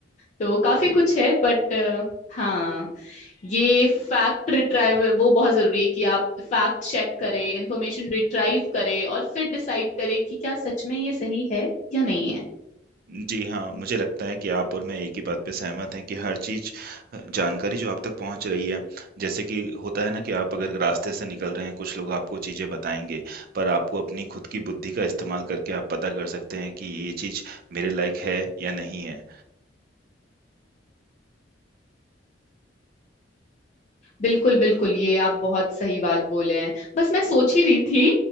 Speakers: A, on the left; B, on the right.
A: तो काफी
B: जी।
A: कुछ है बट हाँ ये फैक्ट रिट्राइव वो बहुत जरूरी है कि आप फैक्ट चेक करें इंफॉर्मेशन रिट्राइव करें और फिर डिसाइड करें कि क्या सच में ये सही है या नहीं है
B: जी हाँ, मुझे लगता है कि आप और मैं एक ही बात पे सहमत हैं कि हर चीज़ अ, जानकारी जो आप तक पहुँच रही है, जैसे कि होता है ना कि आप अगर रास्ते से निकल रहे हैं, कुछ लोग आपको चीज़ें बताएँगे, पर आपको अपनी खुद की बुद्धि का इस्तेमाल करके आप पता कर सकते हैं कि ये चीज़ मेरे लायक है या नहीं है।
A: बिल्कुल बिल्कुल ये आप बहुत सही बात बोले हैं बस मैं सोच ही रही थी